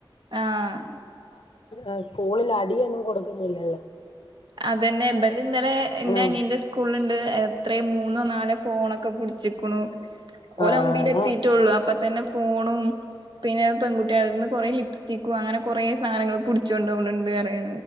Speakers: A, on the right; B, on the left.
A: ആഹ്
B: ആ സ്കൂളിൽ അടിയൊന്നും കൊടുക്കുന്നില്ലല്ലോ
A: അതന്നെ ബല ഇന്നലെ എൻ്റെ
B: ആഹ്
A: അനിയന്റെ സ്കൂളിൽ ണ്ട് എത്രയ മൂന്നോ നാലോ ഫോണൊക്കെ പിടിച്ചിക്കണു ഓലമ്പീൽ
B: ആഹ് അതാ
A: എത്തിട്ടള്ളൂ അപ്പൊ തന്നെ ഫോണും പിന്നെ പെൺകുട്ടികള നിന്ന് കുറെേ ലിപ്സ്റ്റിക്കും അങ്ങനെ കുറെേ സാധനങ്ങള്പുടിച്ച് കൊണ്ടോകുന്നുണ്ട് അയാണ്